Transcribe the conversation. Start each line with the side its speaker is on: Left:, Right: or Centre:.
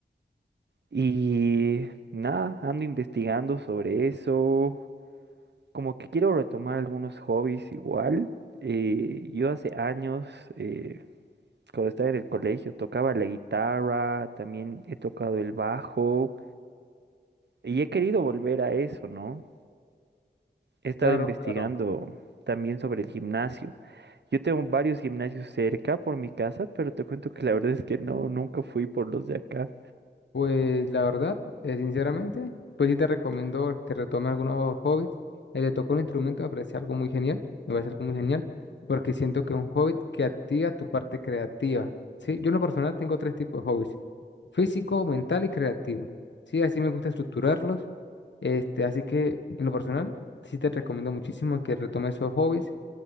Right: Y nada, ando investigando sobre eso. Como que quiero retomar algunos hobbies igual. Eh, yo hace años, eh, cuando estaba en el colegio, tocaba la guitarra, también he tocado el bajo. Y he querido volver a eso, ¿no? He estado
Left: Claro,
Right: investigando
Left: claro.
Right: también sobre el gimnasio. Yo tengo varios gimnasios cerca por mi casa, pero te cuento que la verdad es que no, nunca fui por los de acá.
Left: Pues la verdad, eh, sinceramente, pues sí te recomiendo que retomes algunos hobbits. El de tocar un instrumento me parece algo muy genial, me parece algo muy genial, porque siento que es un hobbit que activa tu parte creativa. Sí, yo en lo personal tengo tres tipos de hobbies, físico, mental y creativo. Sí, así me gusta estructurarlos. Este, así que en lo personal, sí te recomiendo muchísimo que retomes esos hobbies